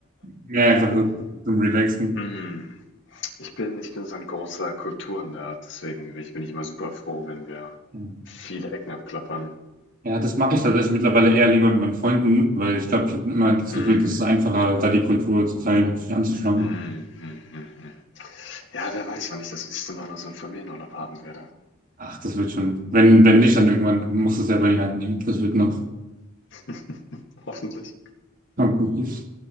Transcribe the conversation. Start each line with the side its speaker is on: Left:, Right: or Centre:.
Right: mehr einfach so zum Relaxen.
Left: Hm. Ich bin, ich bin so ein großer Kulturnerd, deswegen bin ich bin ich immer super froh, wenn wir
Right: Ja,
Left: viele Ecken abklappern.
Right: Ja, das mag ich tatsächlich mittlerweile eher lieber mit meinen Freunden, weil ich glaube, ich habe immer das
Left: Hm.
Right: Gefühl, das ist einfacher, da die Kultur zu teilen, sich anzuschauen.
Left: Mhm, mhm, mhm. Ja, wer weiß, wann ich das nächste Mal noch so einen Familienurlaub haben werde.
Right: Ach, das wird schon. Wenn, wenn nicht, dann irgendwann musst du es selber in die Hand nehmen. Das wird noch.
Left: <laughs> Hoffentlich.
Right: Na gut.